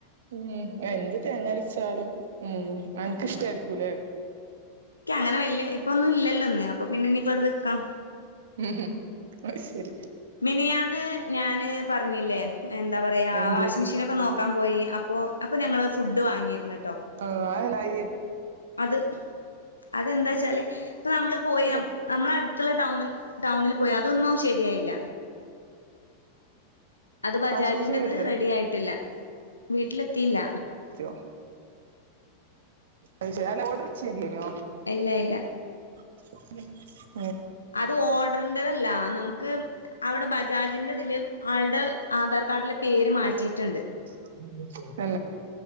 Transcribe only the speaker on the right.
പിന്നെ, എന്ത് തേങ്ങരച്ചാലും ഉം അൻക്കിഷ് ടെർക്കൂലേ
ഉം അത് ശരി
എന്ത്
ആ അയന്നായി
വീട്ടിലെത്തിയോ
വാഷിംഗ് മെഷീൻ വീട്ടിലെത്തിയോ
ത്തിയോ അയ്‌ശരി അല്ല ഓർഡർ ചെയ്തില്ലേനോ
<inaudible>
<unintelligible>